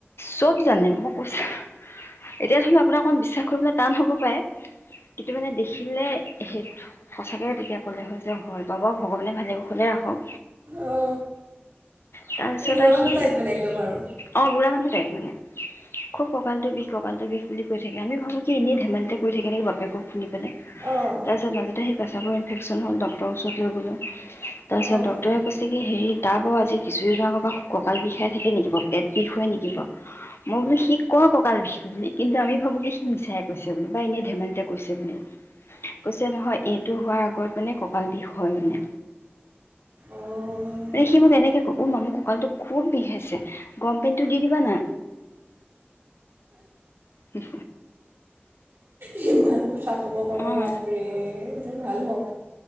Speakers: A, on the left; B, on the right.
A: চব জানে মই কৈছো ন এতিয়া ধৰি ল আপোনাৰ অকণ বিশ্বাস কৰিবলৈ টান হ'ব পাৰে কিন্তু মানে দেখিলে সেই সঁচাকৈ তেতিয়া ক'লে হয় যে হয় বাবা ভগৱানে ভালে কুশলে ৰাখক
B: অ
A: তাৰপিছত
B: বুঢ়া
A: আৰু
B: মানুহ
A: সি
B: টাইপ মানে একদম আৰু
A: অ বুঢ়া মানুহ টাইপ মানে খুব ককালটো বিষ ককালটো বিষ বুলি ক থাকে আমি ভাবো কি এনে ধেমালিতে কৈ থাকে নেকি বাপেকক শুনি তাৰপিছত
B: অঁ
A: মাজতে সেই পেচাব ইনফেকচন হ'ল ডক্তৰ ওচৰত লৈ গলোঁ তাৰপিছত
B: অঁ
A: ডক্তৰে কৈছে কি হেৰি তাৰ বাৰু আজি কিছুদিনৰ আগৰ পৰা খুব কঁকাল বিষাই থাকে নেকি বাও পেট বিষয়ে নেকি বাৰু মই বোলো সি কওঁ কঁকাল বিষ বুলি কিন্তু আমি ভাবো যে সি মিছাই কৈছে বুলি বা এনেই ধেমালিতে কৈছে বুলি কৈছে নহয় এইটো হোৱাৰ আগত মানে কঁকাল বিষ হয় মানে
B: অঁ
A: মানে সি মোক এনেকে ক উ ম মু কঁকালটোক খুব বিষ আছে গৰম পানীটো দি দিবা না উম
B: সিমান কথা ক'ব পাৰে
A: অ'
B: বাপৰে ভাল হওঁক